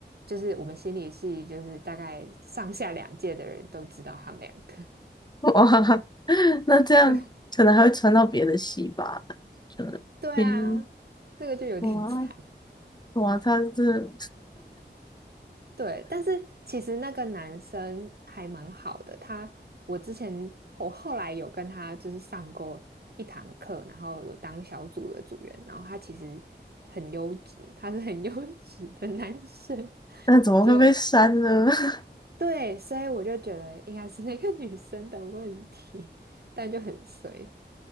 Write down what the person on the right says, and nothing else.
就是我们心理系就是大概上下两届的人都知道他们两个，
<laughs> 对
对啊，
这个就有点
<laughs> 惨。
对，但是其实那个男生还蛮好的，他我之前我后来有跟他就是上过一堂课，然后有当小组的组员，然后他其实很优质，他是很 <laughs> 优质的男生，
<laughs> 就
对，所以我就觉得应该是那个女生的问题，但就很衰。